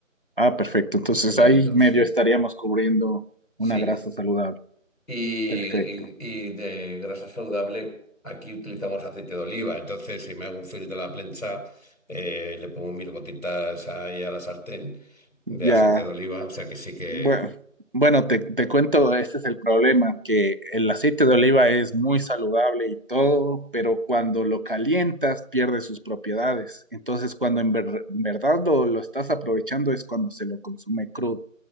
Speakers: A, on the right; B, on the left.
A: Ah, perfecto. Entonces
B: un puñadito,
A: ahí medio
B: sí,
A: estaríamos cubriendo
B: sí.
A: una grasa saludable.
B: Y,
A: Perfecto.
B: y- y de grasa saludable, aquí utilizamos aceite de oliva, entonces si me hago un filtro de la plancha, eh, le pongo mil gotitas ahí a la sartén
A: Ya.
B: de aceite de oliva, o sea que sí que...
A: Bueno, bueno, te, te cuento, este es el problema, que el aceite de oliva es muy saludable y todo, pero cuando lo calientas pierde sus propiedades. Entonces, cuando en, ver- en verdad lo, lo estás aprovechando es cuando se lo consume crudo.